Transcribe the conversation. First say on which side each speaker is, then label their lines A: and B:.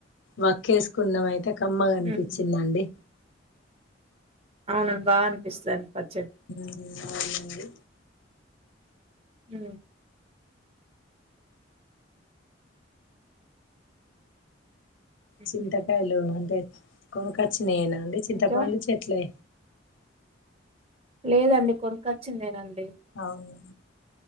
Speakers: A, on the left; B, on the right.
A: వక్కేసుకున్నామయితే కమ్మగాకనిపించిందండి
B: ఉహు అవునను బా అనిపిస్తుాని ప
A: హ అడి
B: హ ఉహు
A: చింతకాయలుఅంటే కొనుకచ్చ నేనా అండి చింతపండు
B: ఇంకా
A: చెట్లే
B: లేదండి కొనుక్కొచ్చిందిేనంత
A: అవును